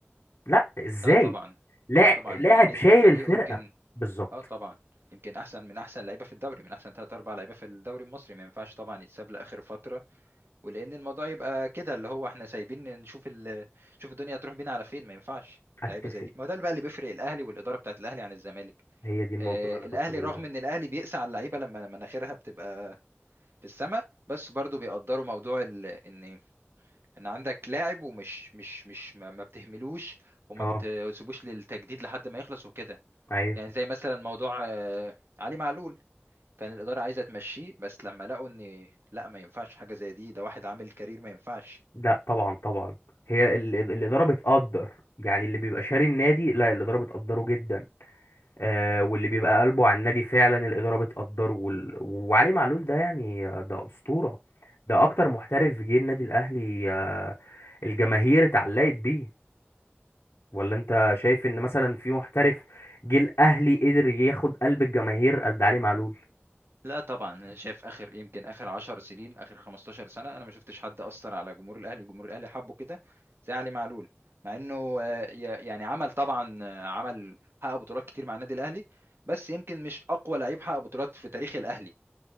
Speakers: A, on the left; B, on the right.
A: لا ازاي
B: لا طبعا
A: لا
B: لا طبعا
A: لاعب
B: نجم
A: شايل
B: الفريق
A: الفرقة
B: ويمكن
A: بالظبط
B: اه طبعا يمكن احسن من احسن لعيبه في الدوري من احسن ثلاث اربع لعيبه في الدوري المصري ما ينفعش طبعا يتساب لاخر فتره ولان الموضوع يبقى كده اللي هو احنا سايبين نشوف ال... نشوف الدنيا تروح بينا على فين ما ينفعش
A: اتفق
B: لعيبه زي دي ما هو ده اللي بقى اللي بيفرق الاهلي والاداره بتاعت الاهلي عن الزمالك
A: هي دي النقطة
B: آه
A: اللي انا كنت
B: الاهلي
A: بقول
B: رغم
A: لك عليها
B: ان الاهلي بيقسى على اللعيبه لما مناخيرها بتبقى في السماء بس برضو بيقدروا موضوع ال... ان ان عندك لاعب ومش مش مش ما ما بتهملوش وما
A: اه
B: بتسيبوش للتجديد لحد ما يخلص وكده
A: ايوه
B: يعني زي مثلا موضوع آه، علي معلول كان الإدارة عايزة تمشيه بس لما لقوا ان لا ما ينفعش حاجة زي دي ده واحد عامل كارير ما ينفعش
A: لا طبعا طبعا هي ال- ال- الإدارة بتقدر يعني اللي بيبقى شاري النادي لا الإدارة بتقدره جدا آه واللي بيبقى قلبه على النادي فعلا الإدارة بتقدره وال... وعلي معلول ده يعني آه، ده أسطورة ده أكتر محترف جه النادي الأهلي آه الجماهير اتعلقت بيه ولا أنت شايف إن مثلا في محترف جه الأهلي قدر ياخد قلب الجماهير قد علي معلول
B: لا طبعا انا شايف اخر يمكن اخر 10 سنين اخر 15 سنه انا ما شفتش حد اثر على جمهور الاهلي جمهور الاهلي حبه كده زي علي معلول مع انه آه، ي- يعني عمل طبعا آه، عمل حقق بطولات كتير مع النادي الاهلي بس يمكن مش اقوى لعيب حقق بطولات في تاريخ الاهلي